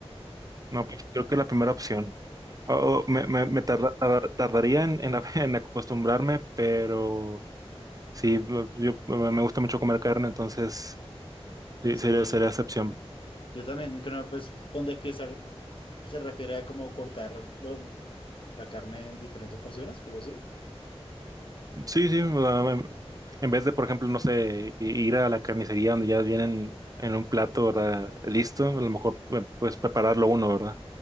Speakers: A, on the right; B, on the left.
A: no, pues creo que la primera opción. O-
B: ¿cierto?
A: o me, me, me tarda- tarda- tardaría en, en, <laughs> en acostumbrarme, pero sí, pues yo, me gusta mucho comer carne, entonces... Sí,
B: Sí,
A: sería, sería excepción.
B: yo también creo, pues, con despiezar se refiere a como cortar lo- la carne en diferentes porciones, algo así.
A: Sí, sí, o sea, en en vez de, por ejemplo, no sé, i- ir a la carnicería donde ya vienen en un plato, ¿verdad? Listo, a lo mejor eh, pues prepararlo uno, ¿verdad?